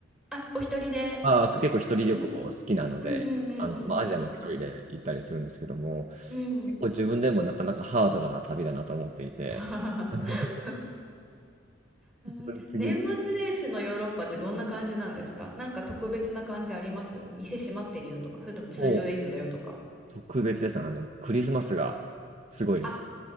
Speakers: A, in the centre; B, on the right.
A: あ、お一人で。
B: まあ、結構一人旅行好きなので、
A: うん。うんうんうんうん。
B: あの、まあ、アジアも一人で行ったりするんですけども、
A: いいですね。うん。
B: 結構自分でもなかなかハードな旅だなと思っていて、
A: <laughs>
B: <laughs>
A: 年末年始のヨーロッパってどんな感じなんですかなんか特別な感じあります店閉まってるよとか、
B: 本当に次
A: それとも通常営業だよとか。
B: も特別ですね。あの、クリスマスがすごいです。
A: あ、